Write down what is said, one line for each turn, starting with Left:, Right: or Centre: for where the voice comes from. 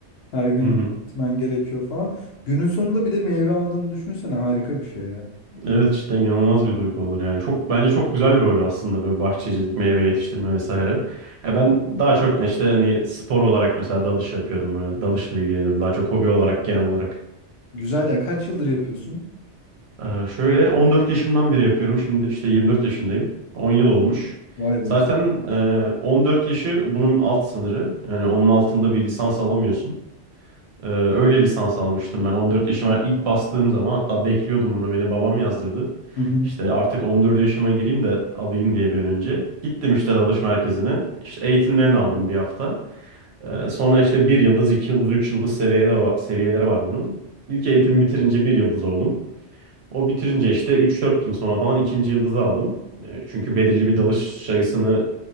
Left: Her gün
Right: Hı hı.
Left: gitmen gerekiyor falan. Günün sonunda bir de meyve aldığını düşünsene. Harika bir şey ya. Yemek.
Right: Evet cidden inanılmaz bir duygu olur yani. Çok bence çok güzel bir hobi aslında böyle bahçecilik, meyve yetiştirme vesaire. Ya ben daha çok işte hani spor olarak mesela dalış yapıyorum. Öyle dalışla ilgileniyorum daha çok hobi olarak genel olarak.
Left: Güzel ya. Kaç yıldır yapıyorsun?
Right: Ee, şöyle 14 yaşımdan beri yapıyorum. Şimdi işte 24 yaşındayım. 10 yıl olmuş.
Left: Vay be.
Right: Zaten e, 14 yaşı bunun alt sınırı. Yani onun altında bir lisans alamıyorsun. Ee, öyle lisans almıştım ben 14 yaşıma ilk bastığım zaman hatta bekliyordum bunu beni babam yazdırdı.
Left: Hı hı.
Right: İşte artık 14 yaşıma gireyim de alayım diye bir an önce. Gittim işte dalış merkezine İşte eğitimlerini aldım bir hafta. Ee, sonra işte bir yıldız, iki yıldız, üç yıldız seviyeleri, seviyeleri var bunun. İlk eğitim bitirince bir yıldız oldum. O bitirince işte üç dört yıl sonra falan ikinci yıldızı aldım. Ee, çünkü belirli bir dalış sayısını